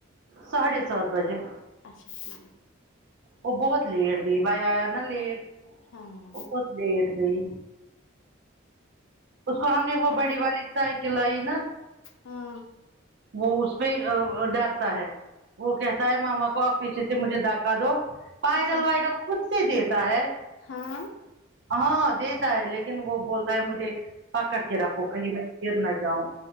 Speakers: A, on the right; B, on the left.
A: ساڑھے سات بجے
B: اچھا ٹھیک
A: وہ بہت لیٹ گئی بھائی آیا نا لیٹ
B: ہاں
A: وہ بہت لیٹ گئی اس کو ہم نے
B: چلو
A: وہ بڑی والی سائیکل آئی نہ
B: ہاں
A: وہ اس پہ ڈر وہ کہتا ہے مما کو آپ پیچھے سے مجھے دھکا دو پائڈل
B: اچھا
A: وائڈل خود سے دیتا ہے
B: ہاں
A: ہاں دیتا ہے لیکن لیکن وہ بولتا ہے مجھے پکڑ کے رکھو کہیں میں گر نہ جاؤں